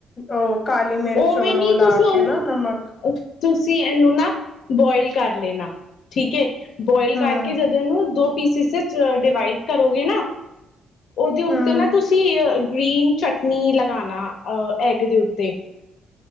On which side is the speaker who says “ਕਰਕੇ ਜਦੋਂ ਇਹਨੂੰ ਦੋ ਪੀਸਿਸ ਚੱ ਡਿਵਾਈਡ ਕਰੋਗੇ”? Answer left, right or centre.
Left